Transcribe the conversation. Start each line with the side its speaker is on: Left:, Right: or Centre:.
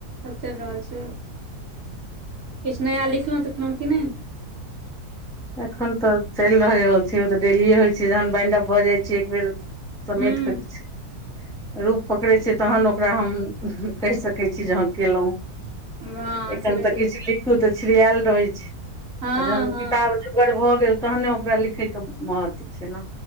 Right: सब चैल रहल छै। किछ नया लिखलौ-तिखलौ कि नै?
Centre: एखन तऽ चैल रहल रहल छै ओ तऽ डेलीए होय छै जहन बाइंड अप भऽ जाइ छै एक बेेर समेट
Right: हूँ
Centre: के किछ रूप पकड़ै छै तहन ओकरा हम उम्म कह सकै छीयै जे हां केलौ।
Right: हँ
Centre: एखन
Right: से
Centre: तऽ
Right: छै
Centre: किछ लिखू तऽ छिड़यैल रहै छै
Right: हँ
Centre: आ जहन ओ
Right: हँ
Centre: की <unintelligible> गर भऽ गेल तहन नै ओकरा लिखै के महत्व छै नै।